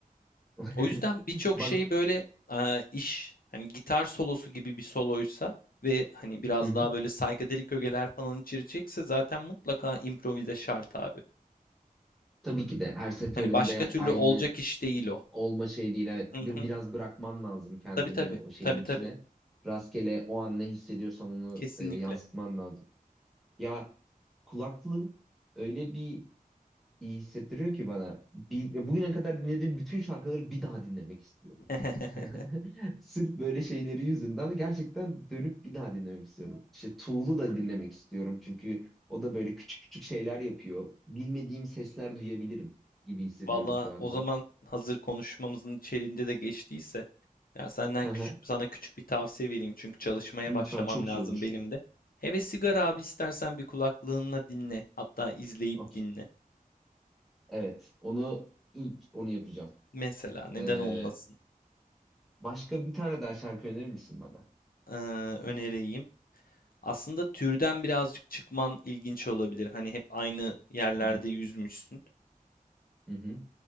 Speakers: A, in the centre; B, on the left.
A: <laughs>
B: O yüzden birçok
A: Bak
B: şey böyle eee, iş hani gitar solosu gibi bir soloysa ve hani biraz
A: hı hı.
B: daha böyle psychedelic ögeler falan içirecekse zaten mutlaka improvize şart abi.
A: Tabii ki de her seferinde
B: Hani başka türlü
A: aynı
B: olacak iş değil o.
A: olma şey değil evet.
B: Hı
A: Bir,
B: hı.
A: biraz bırakman lazım kendini
B: Tabii tabii.
A: o şeyin
B: Tabii tabii.
A: içine. Rastgele o an ne hissediyorsan onu
B: Kesinlikle.
A: e, yansıtman lazım. Ya kulaklık öyle bir iyi hissettiriyor ki bana. Bil- bugüne kadar dinlediğim bütün şarkıları bir daha dinlemek istiyorum.
B: <laughs>
A: <laughs> Sırf böyle şeyleri yüzünden gerçekten dönüp bir daha dinlemek istiyorum. İşte Tool'u da dinlemek istiyorum çünkü o da böyle küçük küçük şeyler yapıyor. Bilmediğim sesler duyabilirim gibi hissediyorum
B: Valla
A: şu anda.
B: o zaman hazır konuşmamızın içeriğinde de geçtiyse ya senden
A: Hı
B: küçük
A: hı.
B: sana küçük bir tavsiye vereyim çünkü çalışmaya
A: Lütfen
B: başlamam
A: çok
B: lazım
A: iyi olur.
B: benim de. Hele sigara abi istersen bir kulaklığınla dinle hatta izleyip
A: Okey.
B: dinle.
A: Evet. Onu ilk onu yapacağım.
B: Mesela neden
A: Ee,
B: olmasın
A: başka bir tane daha şarkı önerir misin bana?
B: ee, önereyim. Aslında türden birazcık çıkman ilginç olabilir. Hani hep aynı yerlerde
A: Hı hı.
B: yüzmüşsün.
A: Hı hı.